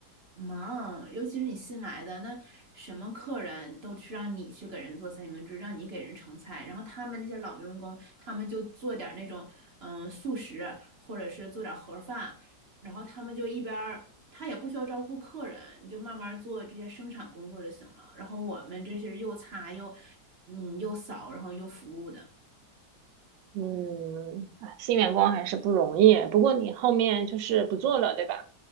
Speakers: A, on the right; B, on the right.
A: 忙，尤其是你新来的，那什么客人都是让你去给人做三明治，让你给人盛菜，然后他们那些老员工，他们就做点儿那种嗯素食，或者是做点儿盒饭，然后他们就一边儿，他也不需要招呼客人，你就慢慢做这些生产工作就行了。然后我们这些又擦又嗯又扫，然后又服务的。
B: 嗯，哎新员工还是不容易。不过你后面就是不做了，对吧？